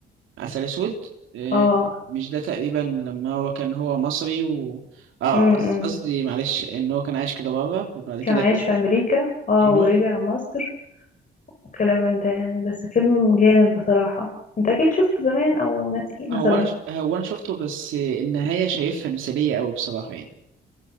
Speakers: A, on the right; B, on the left.
A: عسل اسود آه،
B: اه
A: مش ده تقريبا لما هو كان هو مصري و اه
B: امم
A: قص- قصدي معلش ان هو كان عايش كده بره وبعد
B: كان
A: كده
B: عايش
A: جه
B: في امريكا اه
A: ايوه
B: ورجع مصر وكلام من ده يعني بس فيلم جامد بصراحة انت اكيد شفته زمان او ناسيه
A: هو
B: مثلا
A: انا ش- هو انا شفته بس النهايه شايفها مثاليه قوي بصراحه يعني